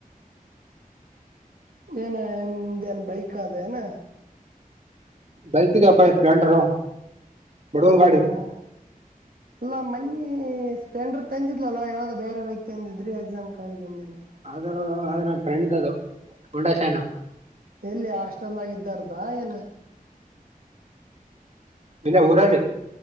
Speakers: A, on the right (about 75°); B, on the right (about 45°).
A: ಏನ ನಿಂದ್ ಏನ್ ಬೈಕ್ ಅದೇನ.
B: ಬೈಕ್ ಇದೆಯಪ್ಪ ಸ್ಪ್ಲೆಂಡರು. ಬಡವ್ರ
A: ಹಾ
B: ಗಾಡಿ
A: ಹಾ ಅಲ್ಲಾ ಮನ್ನಿ ಸ್ಪೆಂಡರ್ ತಂದಿದಿಲ್ಲ ನಾ ಯಾವುದೋ ಬೇರೆ ಬೈಕ್ ತಂದಿದ್ರಿ ಎಕ್ಸಾಮ್ ನೆನ್ನೆ.
B: ಅದು ಅದು ನಮ್ಮ ಫ್ರೆಂಡ್ದ ಅದು. <unintelligible>
A: ಎಲ್ಲಿ ಹಾಸ್ಟೆಲ್ ಅಲ್ಲಿ ಇದ್ದಾವಾರದ ಏನು.
B: ಇಲ್ಲ ಊರಲ್ಲಿ.